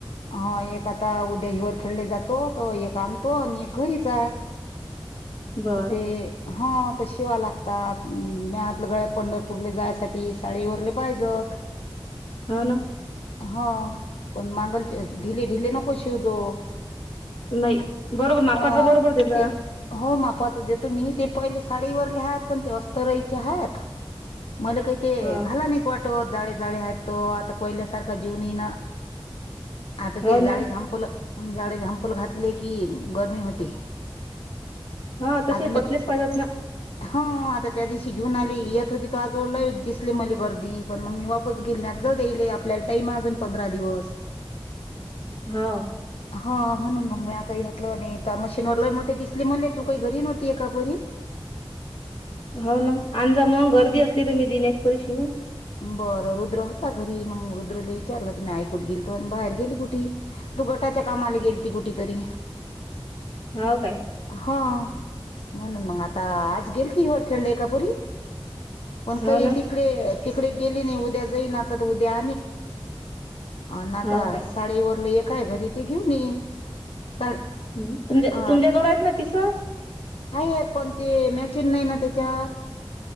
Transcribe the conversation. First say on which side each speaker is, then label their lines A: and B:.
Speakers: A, on the left (about 80°); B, on the left (about 65°).
A: हा एक आता उद्या हिवर खेळले जातो तर एक आणतो आणि एक घरीच आहे
B: बरं
A: तर ते हा ता शिवा लागतात म आतल्या गळ्या पंढरपूरले जायसाठी साडेवरले पाहिजत <inaudible>
B: हा ना
A: ह पण मांगलचे ढिले ढिले नको शिवजो
B: नाही बरोबर मापाचा
A: हा
B: बरोबर त्याचा
A: ते हो मा तुम्ही ते पहिले साडीवरले आहात पण ते अस्तरायचे आहात मला काही ते
B: हा
A: घाला नाहीत वाटत जाळे जाळे आहेत तो आता पहिल्यासारखा जीव नई ना आता ते
B: हो
A: जाळे
B: ना
A: झांपलं म्हणजे जाडी झांपल घातले की गरमी होते
B: हा तसे
A: आता मी
B: पतलेच पाहिजेत ना
A: हम आता त्या दिवशी घेऊन आली येत होती तू आज वडला दिसले मली गर्दी पण मग मी वापस गेली म जाऊईले आपल्याला टईम अजून पंधरा दिवस
B: हाव
A: <inaudible> हा म्हणून मग म काही घातलं आणि मशीनवरला मोठ दिसली म ही घरी नव्हती एकापरी
B: हो ना अजा मग गर्दी असली तुम्ही दिन एकपरी शिवून
A: बरं रुद्र रुद्र होता घरी मग रुद्रला विचारलंत मी आई कुठे गेलो आणि बाहेर गेली कुठे तू गटाच्या कामाला गेल ती कुठ कुठं तरी
B: हाव काय
A: हा म्हणून मग आता आज गेल ती वर खेळली एकापुरी पण
B: हो
A: काही
B: ना
A: तिकडे तिकडे नाही उद्या जाई उद्या आणि
B: हाव
A: आ
B: काय
A: साडीवर काय घरी ते घेऊन येईन साड
B: ह तुम
A: अ
B: तुमच्या जवळ आहेत ना पिस
A: आहे पण ते मॅचिन नाही ना त्याच्यावर